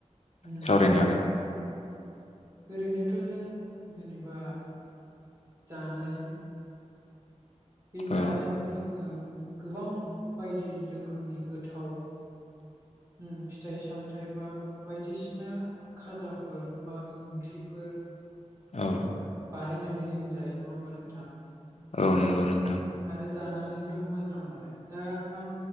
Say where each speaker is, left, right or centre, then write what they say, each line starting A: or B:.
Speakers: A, on the right; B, on the left.
A: उम।
B: सावरायनो हागोन
A: ओरैनोथ' जों जेनेबा जानाय बे जानायाव
B: औ
A: थोङो गोबां बायदि रोखोमनि गोथाव उम फिथाइ सामथाइ बा बायदिसिना खाजाफोर बा ओंख्रिफोर
B: औ।
A: बानायनानै जों जायो नङा होमबा नोंथां।
B: औ नंगौ नोंथां।
A: आरो जानानै जों मोजां मोनो दा आं